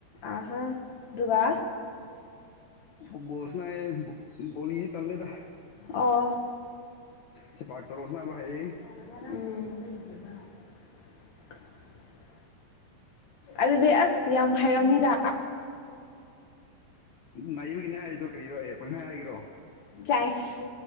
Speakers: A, on the left; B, on the left.
A: ꯑꯍꯥ ꯑꯗꯨꯒ
B: ꯐꯨꯠꯕꯣꯜ ꯁꯅꯌꯦ ꯚꯣꯂꯤꯗꯤ ꯇꯜꯂꯦꯗ
A: ꯑꯣ
B: ꯁꯤ ꯄꯥꯛꯇꯧꯔꯣꯁꯅ ꯚꯥꯏ
A: ꯎꯝ ꯑꯗꯨꯗꯤ ꯑꯁ ꯌꯥꯝ ꯍꯥꯏꯔꯩꯝꯅꯤꯗ
B: ꯅꯥꯏꯕꯒꯤꯅꯦ ꯍꯥꯏꯔꯤꯗꯣ ꯀꯔꯤꯔꯣ ꯑꯦ ꯄꯪꯍꯥꯏ ꯍꯥꯏꯒꯦꯔꯣ
A: ꯆꯏꯁ